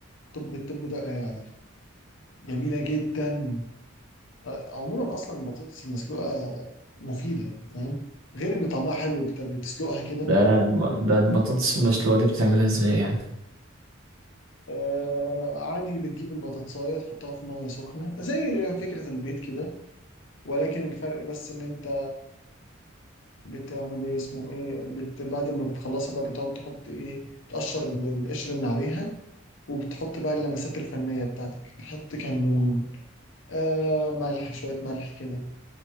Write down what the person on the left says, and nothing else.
طب التوب ده قليل عليه جميلة جدا آه، عموما أصلا البطاطس المسلوقة مفيدة يعني فاهم غير إن طعمها حلو بت- بتسلقها كده
وبت-
آه عادي بتجيب البطاطساية تحطها في مية سخنة زي فكرة البيض كده ولكن الفرق بس إن أنت بتعمل إيه اسمه إيه بت بعد ما بتخلصها بقى بتقعد تحط إيه تقشر ال- القشر من عليها وبتحط بقى اللمسات الفنية بتاعتك بتحط كمون آه ملح شوية ملح كده